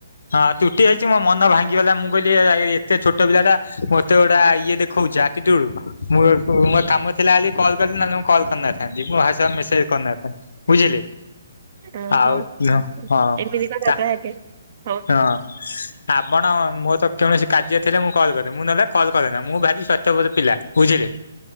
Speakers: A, on the left; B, on the right.
A: ହଁ ତ୍ରୁଟି ହେଇଛି ମୋ ମନ ଭାଙ୍ଗିଗଲା ମୁଁ କହିଲି ଏ ଏତେ ଏ ଛୋଟ ପିଲା ଟା ମତେ ଗୋଟା ଆ ଇଏ ଦେ ଖ ଖୁଛ ଆଟିଟୁଇଟ୍ ମୁଁ ମୋ କାମ ଥିଲା ବୋଲି କଲ୍ କଲି ନହେଲେ ମୁ କଲ କରି ନଥାନ୍ତି ମୋ ଭାଷା ମେସେଚ୍, କରି ନ ଥାଆନ୍ତି ବୁଝିଲି?
B: ଓହୋ
A: ଆଉ ଉମ ହଁ
B: ଏମିତି କଥା
A: ତା
B: ତାହେଲେ ହଉ।
A: ହଁ, ଆପଣ ମୋର ତ କୌଣସି କାର୍ଯ୍ୟ ଥିଲେ ମୁଁ କଲ୍ କରେ ମୁଁ ନହେଲେ କଲ୍ କରେନା ମୁଁ ଭାରି ସ୍ୱାର୍ଥପର ପିଲା ବୁଝିଲେ,